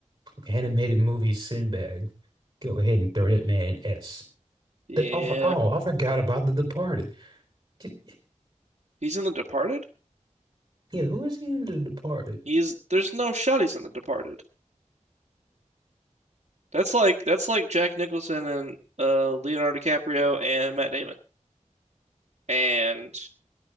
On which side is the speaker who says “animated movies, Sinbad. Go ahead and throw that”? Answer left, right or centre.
Right